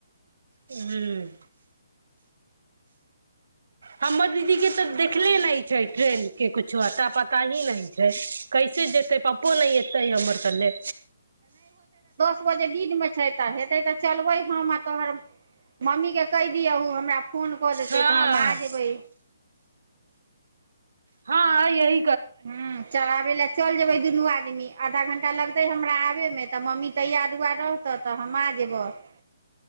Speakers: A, on the right; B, on the right.
A: हुँ हमर दीदी के तऽ देखले नहि छै ट्रेंड के कुछो अता पता ही नहि छै कैसे जेतै पपो नहि एतै हमर कहे
B: ओ जे दिन मे छै तऽ हेतै तऽ चलबै हम आ तोहर मम्मी के कहि दियौ हमरा फोन कऽ देते
A: हँ
B: तऽ हम आ जेबै
A: हँ अ यह
B: हुँ चराबे लए चल जेबै दुनू आदमी आधा घण्टा लगतै हमरा आबयमे तऽ मम्मी तैयार उआार रहतऽ तऽ हम आ जेबह